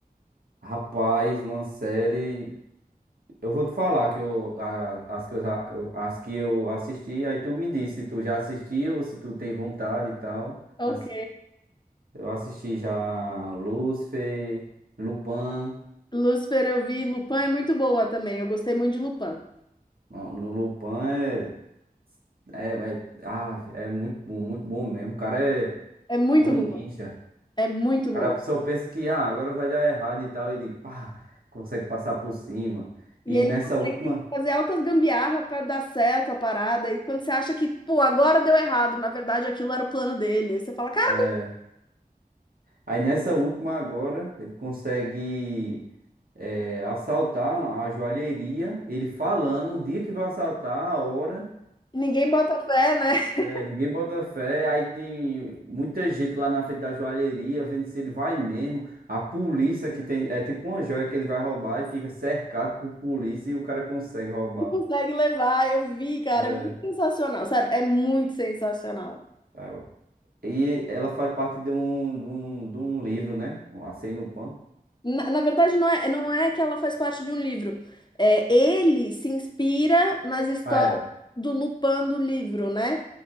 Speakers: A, on the right; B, on the left.
A: rapaz, uma série. Eu vou te falar que eu, a- as que eu, já- eu- as que eu assisti, aí tu me diz se tu já assistiu ou se tu tem vontade e tal.
B: Ok.
A: Nas- Eu assisti já Lucifer, Lupin.
B: Lucifer eu vi. Lupin é muito boa também. Eu gostei muito de Lupin.
A: Não, Lupin é. É, é, ah, é muito bom, muito bom mesmo. O cara é,
B: É muito
A: é um
B: boa.
A: ninja.
B: É muito
A: O
B: boa.
A: cara, a pessoa pensa que ah, agora vai dar errado e tal. Ele, pá, consegue passar por cima.
B: E
A: E
B: ele
A: nessa
B: consegue
A: última,
B: fazer altas gambiarra para dar certo a parada. E quando você acha que, pô, agora deu errado, na verdade aquilo era o plano dele. Aí você fala, cara,
A: é, aí nessa última agora, ele consegue é, assaltar uma- a joalheria. Ele falando o dia que vai assaltar, a hora.
B: ninguém bota fé, né? <laughs>
A: É, ninguém bota fé. Aí tem muita gente lá na frente da joalheria vendo se ele vai mesmo. A polícia que tem. É tipo uma joia que ele vai roubar e fica cercado por polícia e o cara consegue roubar.
B: E consegue levar. Eu vi, cara.
A: É.
B: É muito sensacional. Sério, é muito sensacional.
A: é. E ela faz parte de um, de um, de um livro, né? Um Acém no Pan.
B: Na, na verdade, não é, não é que ela faz parte de um livro. É, ele se inspira nas histórias
A: Ah, é.
B: do Lupin do livro, né?